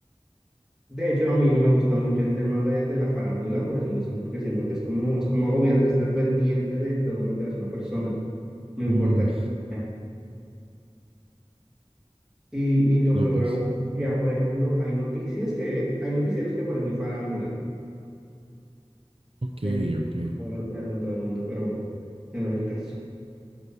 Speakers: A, in the centre; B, on the right.
A: De hecho, a mí no me gusta mucho el tema de, de la farándula por eso mismo, porque siento que es como, es como agobiante estar pendiente de todo lo que hace una persona, no importa.
B: Uy,
A: qué sea. Y, y lo
B: no,
A: peor
B: pues.
A: aún, ya por ejemplo, hay noticias que, hay noticieros que parecen farándula.
B: Ok,
A: pendiente
B: ok. Te
A: por todo lo que hacen todo el mundo, pero bueno, ese no es el caso.